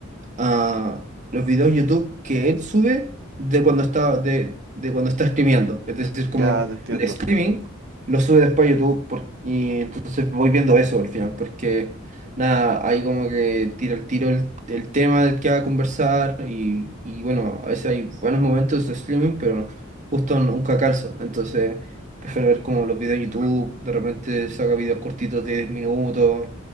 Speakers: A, on the right; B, on the right.
A: a los videos YouTube que él sube de cuando está, de, de cuando está streameando. Es decir, como
B: Ya te entiendo.
A: streaming, lo sube después a YouTube por- y entonces voy viendo eso al final, porque nada, ahí como que tiro el tiro el, el tema del que va a conversar y, y bueno, a veces hay buenos momentos de streaming, pero justo nunca calzo, entonces prefiero ver como los videos en YouTube, de repente saca videos cortitos de 10 minutos,